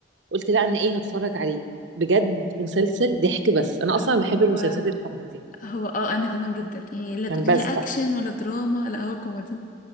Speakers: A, on the right; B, on the left.
A: قلت لا انا ايه هتفرج عليه بجد مسلسل ضحك بس انا اصلا
B: ه-
A: بحب
B: هو
A: المسلسلات الكوميدي
B: هو اه انا كمان جدا يعني لا تقولي
A: عشان بزهق
B: لا اكشن ولا دراما لا هو كوميدي